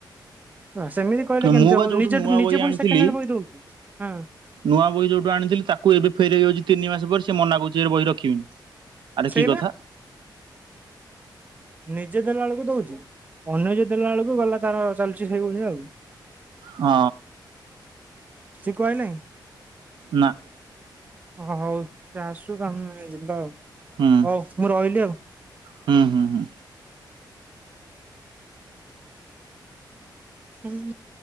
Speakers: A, on the right; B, on the right.
A: ହଁ ସେମିତି କହିଲେ କେମିତି
B: ମୁଁ
A: ହବ
B: ବା ଯୋଉଠୁ
A: ନିଜେ
B: ନୂଆ
A: ନିଜେ
B: ବହି
A: ପୁଣି
B: ଆଣିଥିଲି
A: ସେକେଣ୍ଡ ହ୍ୟାଣ୍ଡ ବହି ଦଉଛୁଁ ହା
B: ନୂଆ ବହି ଯୋଉଠୁ ଆଣିଥିଲ ତାକୁ ଏବେ ଫେରଇ ଯାଉଛି ତିନି ମାସ ପରେ ସେ ମନା କଉଛି ଏ ବହି ରଖିବିନି। ଆରେ
A: ସେଇବା
B: କି କଥା
A: ନିଜେ ଦେଲା ବେଳକୁ ଦଉଛି ଅନ୍ୟଜେ ଦେଲା ବେଳକୁ ଗଲା ତାର ଚାଲିଛି ସେଇଭଉଳିଆ ଆଉ।
B: ହଁ।
A: ଶିକାଆଇ ନାଇଁ
B: ନା
A: ଓ ହଉ ସେ ଆସୁ କାମେ ଯିବା।
B: ହୁଁ
A: ହଉ ମୁଁ ରହିଲି ଆଉ
B: ହୁଁ ହୁଁ ହୁଁ।
A: ହୁଁ।